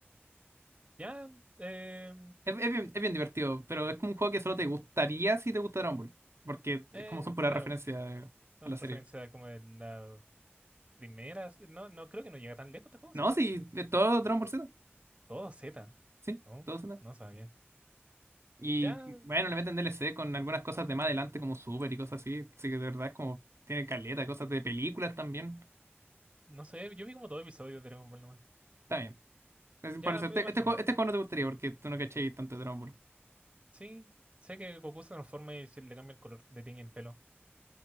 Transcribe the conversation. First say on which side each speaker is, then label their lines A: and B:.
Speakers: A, on the right; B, on the right.
A: Ya, eh,
B: Es, es bien, es bien divertido, pero es como un juego que solo te gustaría si te gusta Dragon Ball. Porque
A: eh,
B: es como son puras
A: claro,
B: referencias
A: son
B: a la serie.
A: referencias como de las primeras, No, no creo que no llega tan lejos este juego, ¿cierto?
B: No, sí, de todo Dragon Ball Z.
A: Todo Z.
B: Sí,
A: ¿No?
B: todo Z.
A: No sabía.
B: Y
A: Ya,
B: bueno, le meten DLC con algunas cosas de más adelante como Super y cosas así. Así que de verdad es como tiene caleta, cosas de películas también.
A: no sé, yo vi como dos episodios de Dragon Ball nomás.
B: Está bien. Es
A: Ya,
B: por eso,
A: pero
B: este,
A: bajemos.
B: este juego, este juego no te gustaría porque tú no cachéis tanto de Dragon Ball.
A: Sí, sé que Goku se transforma y se le cambia el color, le tiñe el pelo.